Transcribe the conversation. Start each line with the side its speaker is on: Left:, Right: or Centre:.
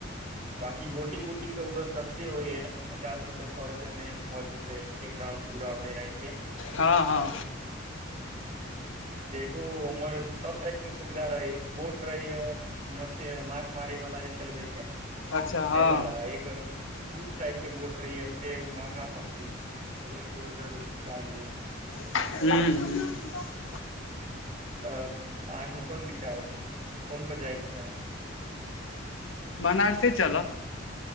Right: बकी बोटिंग वोटिंग तऽ उधर सस्ते होइ है पचास रुपआ सए रुपए में भऽ जेतै एक राउंड दू राउंड एनाएते
Left: हँ हँ
Right: देखू उमहर सब टाइप के सुविधा रहै बोट रहे य मछ माछ मारे वाला जे चलबे छै
Left: अच्छा
Right: से
Left: हँ
Right: वला एक उस टाइप के बोट रही है से महगा पड़त ह हजार दो हजार चार्ज य
Left: ह्म ह
Right: तऽ अहाँके कोन विचार कोन पर जायके चाही
Left: बनारसे चलब